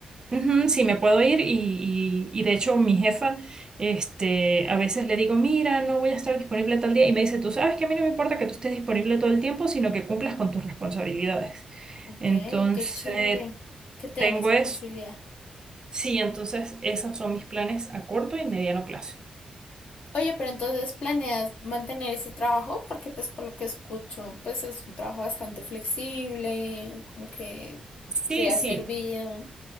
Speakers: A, on the right; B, on the left.
A: ujú, sí, me puedo ir y, y- y de hecho mi jefa, este, a veces le digo, mira, no voy a estar disponible tal día y me dice, tú sabes que a mí no me importa que tú estés disponible todo el tiempo, sino que cumplas con tus responsabilidades.
B: Ok,
A: Entonces,
B: qué chévere que tienes
A: tengo
B: esa
A: eso.
B: flexibilidad.
A: Sí, entonces esos son mis planes a corto y mediano plazo.
B: Oye, pero entonces planeas mantener ese trabajo porque pues por lo que escucho, pues es un trabajo bastante flexible, como que
A: Sí,
B: te ha
A: sí.
B: servido.